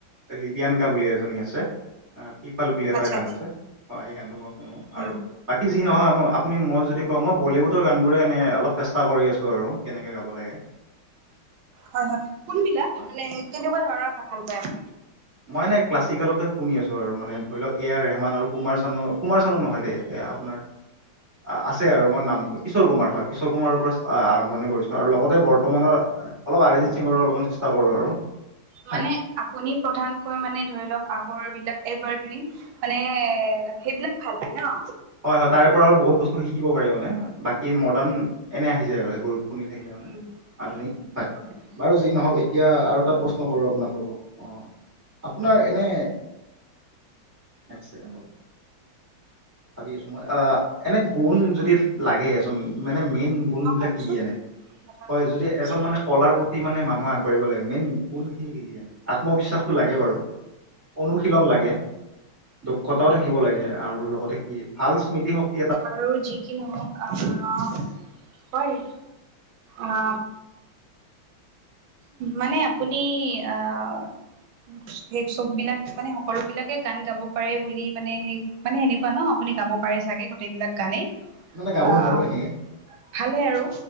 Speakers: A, on the right; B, on the right.
A: লিবিয়ানকা বুলি এজনী আছে আহ। পিপাল বুলি এটা
B: আচ্ছা
A: গান
B: আচ্ছা
A: আছে হয় সেই গানটো মই শুনো আৰু
B: উম,
A: বাকী যি- নহয় আপুনি মই যদি কওঁ মই বলিউডৰ গান বোৰে এনে অলপ চেষ্টা কৰি আছো আৰু কেনেকে গাব লাগে। <unintelligible>
B: হয় হয় কোনবিলাক
A: হয়
B: মানে কেনেকুৱা ধৰণৰ ভাষখন পায় আপুনি।
A: মই এনে ক্লাছিকেলতে শুনি আছো আৰু মানে ধৰি লওক এ আৰ ৰেহমান আৰু কুমাৰ চানো কুমাৰ চান নহয় দেই এ আপোনাৰ আ আৰু মই নাম কিশোৰ কুমাৰ হয় কিশোৰ কুমাৰৰ পৰা আৰম্ভণি কৰিছো আৰু লগতে বৰ্তমানৰ অলপ আৰি সিঙো অলপমান চেষ্টা কৰো আৰু। হয়
B: মানে আপুনি প্ৰধান। পুৰা মানে ধৰি লওক আগৰ বিলাক এভাৰগ্ৰীন মানে সেইবিলাক ভাল পায় ন
A: হয় হয় তাৰে পৰা আৰু বহুত বস্তু শিকিব পাৰি মানে বাকী মডাৰ্ণ এনে আহি যায় আৰু সেইবোৰ শুনি থাকিলে
B: উম,
A: মানে আধুনিক
B: বুজিছো
A: হয়
B: বুজিছো।
A: বাৰু যি নহওক এতিয়া আৰু এটা প্ৰশ্ন কৰো আপোনাক ল'ব অ আপোনাৰ এনে এক ছেকেণ্ড ৰব ভাবি আছো মই অ এনে গুণ যদি লাগে এজন মান। মেইন গুণ
B: অ
A: বিলাক
B: কওকচোন
A: কি কি আনে
B: কি কথা
A: হয়
B: কম
A: যদি
B: বুলি কৈছিলে?
A: এজন মানে কলাৰ প্ৰতি মানে মান আগবাঢ়িব লাগে মেইন কোন খিনি দিগি আত্মবিশ্বাসটো লাগে বাৰু। অনুশীলন লাগে দক্ষতাও থাকিব লাগে আৰু লগতে কি ভাল স্মৃতিশক্ত।
B: আৰু যি কি নহওক আহ হয় অ মানে আপুনি আহ সেই চববিলাক মানে সকলো বিলাকে গান গাব পাৰে বুলি মানে সেই মানে সেনেকুৱা ন আপুনি। গাব পাৰে চাগে গোটেইবিলাক গানেই
A: মানে গাব
B: আহ
A: নোৱাৰো এনেকে
B: ভালে আৰু।